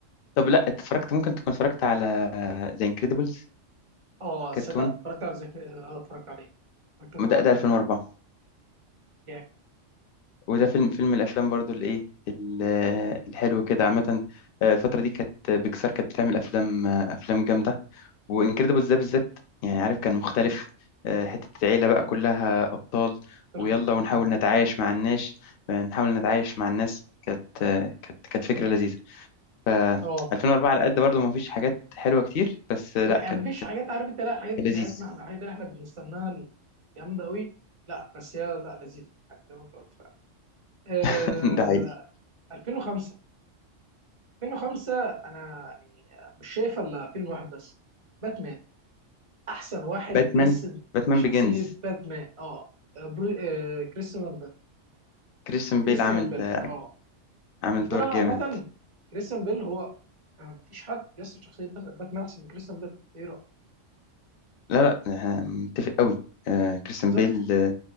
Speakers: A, on the left (about 60°); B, on the right (about 35°).
A: طب لا اتفرجت ممكن تكون اتفرجت على ذا انكريدبلز
B: اه صدق
A: كرتون
B: اتفرجت على زك... اه اتفرجت عليه اتفرجت على
A: ده ده 2004
B: جامد
A: وده فيلم فيلم من الافلام برضو اللي ايه ال- الحلو كده عامه آه، الفتره دي كانت بيكسار كانت بتعمل افلام آه، افلام جامده وانكريدبلز ده بالذات يعني عارف كان مختلف آه، حته العيله بقى كلها ابطال
B: تخرج
A: ويلا ونحاول
B: اه
A: نتعايش مع الناس آه، نحاول نتعايش مع الناس كانت آه، كانت كانت فكره لذيذه ف
B: اه
A: 2004 على قد برضو ما فيش حاجات حلوه كتير بس آه، لا
B: لا يعني
A: كانت
B: مفيش حاجات عارف انت لا الحاجات بتاعتنا
A: لذيذ
B: احنا الحاجات اللي احنا بنستناها جامده قوي لا بس هي لا لذيذه يعني زي ما انت قلت فعلا آه
A: <laughs> ده حقيقي
B: 2005 2005 انا يعني مش شايف الا فيلم واحد بس باتمان احسن واحد
A: باتمان
B: جسد
A: باتمان
B: شخصيه
A: بيجنز
B: باتمان اه بري... آه كريستيان بيل
A: كريستيان
B: كريستيان
A: بيل عامل
B: بيل
A: آه،
B: اه
A: عامل
B: بالنسبه
A: دور
B: لي انا عامه
A: جامد
B: كريستيان بيل هو آه مفيش حد جسد شخصيه باتمان احسن من كريستيان بيل ايه رايك
A: لا لا آه، متفق قوي آه، كريستيان
B: بالظبط
A: بيل آه،